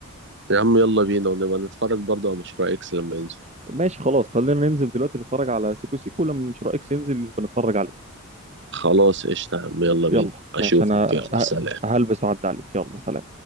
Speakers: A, on the right; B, on the right.
A: يا عم يلا بينا ونبقى نتفرج برضه على مشروع اكس لما ينزل
B: ماشي خلاص خلينا ننزل دلوقتي نتفرج على سيكو سيكو لما مش رأيك ننزل بنتفرج عليه
A: خلاص قشطه يا عم يلا بينا
B: يلا
A: اشوفك
B: ماشي انا
A: يلا
B: ه-
A: سلام
B: هلبس وأعدي عليك يلا سلام